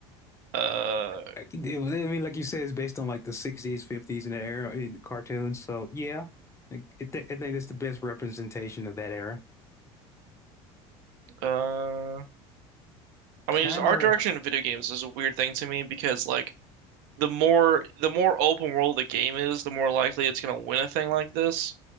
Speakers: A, on the right; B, on the left.
A: Uh,
B: I I mean, like you said, it's based on like the 60s, 50s, and that era in cartoons. So yeah, like, I, th I think that's the best representation of that era.
A: uh, I
B: Camera
A: mean, just art direction in video games is a weird thing to me because like the more the more open world the game is, the more likely it's gonna win a thing like this.